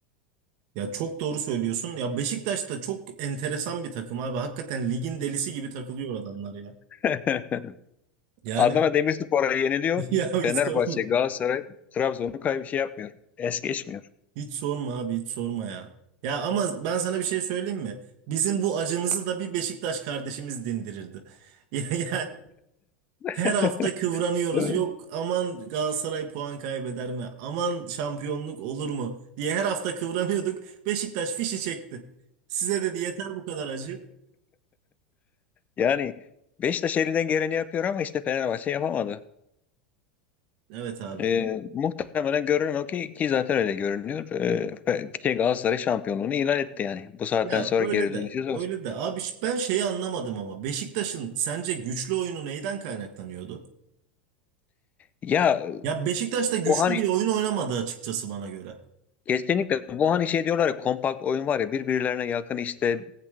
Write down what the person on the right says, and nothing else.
Ya çok doğru söylüyorsun. Ya Beşiktaş da çok enteresan bir takım abi. Hakikaten ligin delisi gibi takılıyor adamlar ya.
Yani
<laughs> ya hiç
sorma.
Hiç sorma abi hiç sorma ya. Ya ama ben sana bir şey söyleyeyim mi? Bizim bu acımızı da bir Beşiktaş kardeşimiz dindirirdi. <laughs> Ya- Yani her
hafta kıvranıyoruz.
Yok aman Galatasaray puan kaybeder mi? Aman şampiyonluk olur mu? diye her hafta kıvranıyorduk. Beşiktaş fişi çekti. Size dedi yeter bu kadar acı.
Evet abi.
Ya
öyle
de
öyle de abi ş- ben şeyi anlamadım ama Beşiktaş'ın sence güçlü oyunu neyden kaynaklanıyordu?
Ya Beşiktaş da güçlü
bir oyun oynamadı açıkçası bana göre.